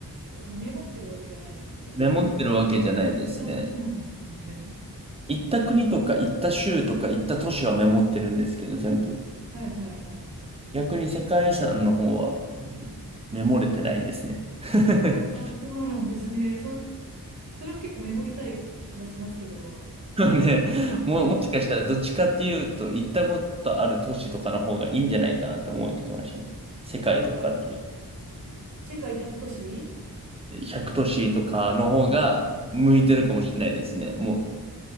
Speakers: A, on the right; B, on the right.
A: あの、メモってるわけではないですね、じゃ
B: メモってるわけじゃないですね。
A: あ。<laughs> あ、そうなんですね。
B: 行った国とか行った州とか行った都市はメモってるんですけど、全部。
A: はいはいはい。
B: 逆に世界遺産の方はメモれてないですね。<laughs>
A: あ、あ、そうなんですね。そう、それも結構メモりたい気はしますけど。
B: ね、
A: <laughs>
B: もう、
A: うん
B: もしかしたらどっちかっていうと、行ったことある都市とかの方がいいんじゃないかなって思えてきましたね。世界とかで。
A: あー世界100都市
B: 100都市とかの方が向いてるかもしれないですね。も